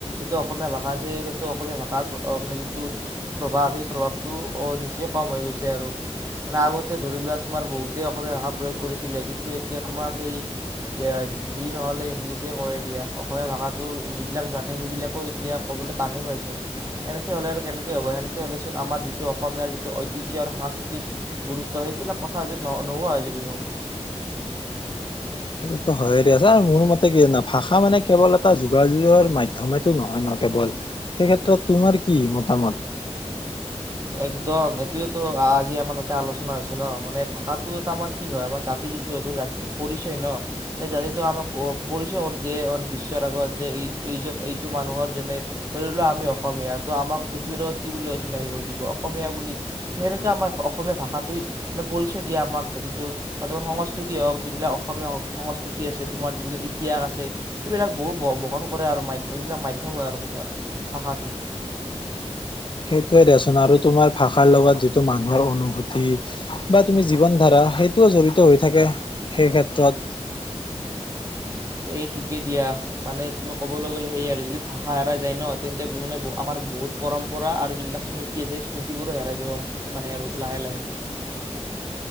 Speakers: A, on the right; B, on the left.
A: এইটো অসমীয়া ভাষা আছে সেইটো অসমীয়া ভাষাৰ মানে যিটো প্ৰভাৱ সেই প্ৰভাৱটো নিচে কম হৈ গৈছে আৰু। মানে আগতে ধৰি লোৱা তোমাৰ বহুতেই অসমীয়া ভাষা প্ৰয়োগ কৰিছিলে কিন্তু এতিয়া তোমাৰ সেই হিন্দী নহলে ইংলিছে কৰে দিয়া অসমীয়া ভাষাটো যিবিলাক জানে সেইবিলাকো এতিয়া কবলৈ টানেই পাইচোন এনেকে হলে আৰু কেনেকে হ'ব সেনেকে হলে চোন আমাৰ যিটো অসমীয়াৰ যিটো ঐতিহ্য আৰু সংস্কৃ গুৰুত্ব সেইবিলাক কথা যে ন নোহোৱা হৈ যাব দেখোন।
B: সেইটোত হয়ে দিয়া ছাৰ মোৰ মতে কি জ ভাষা মানে কেৱল এটা যোগাযোগৰ মাধ্যমেটো নহয় ন কেৱল সেই ক্ষেত্ৰত তোমাৰ কি মতামত?
A: একদম এইটোৱেই তো আজি আমাৰ তাতে আলোচনা হৈছে ন মানে ভাষাটো আমাৰ কি হয় আমাৰ জাতি যিটো হৈছে জাতিটোৰ পৰিচয় ন সেই জাতিটোক আমাক পৰিচয় কৰি দিয়ে মান বিশ্বৰ আগত যে এই এই এইটো মানুহৰ যেনে ধৰি লোৱা আমি অসমীয়া তো আমাক পৃথিৱীৰ আগত কি বুলি চিনাকি কৰি দিব অসমীয়া বুলি ত সেনেকুৱা আমাৰ অসমীয়া ভাষাটো মানে পৰিচয় দিয়ে আমাক জাতিটোৰ বা তোমাৰ সংস্কৃতি হওক যিবিলাক অসমীয়া সংস্কৃতি আছে তোমাৰ যিবিলাক ইতিহাস আছে সেইবিলাক বহু বহন কৰে আৰু মাধ্যম এইবিলাক মাধ্যম হয় আৰু মানে ভাষাটো।
B: সেইটোৱে দেচোন আৰু তোমাৰ ভাষাৰ লগত যিটো মানুহৰ অনুভূতি বা তুমি জীৱন ধাৰা সেইটোও জড়িত হৈ থাকে সেই ক্ষেত্ৰত।
A: সেই ঠিকেই দিয়া মানে তুমি কবলৈ গ'লে সেইয়া আৰু যদি ভাষা হেৰাই যায় ন তেন্তে মানে আমাৰ বহুত পৰম্পৰা আৰু যিবিলাক স্মৃতি আছে স স্মৃতিবোৰো হেৰাই যাব মানে আৰু লাহে লাহে।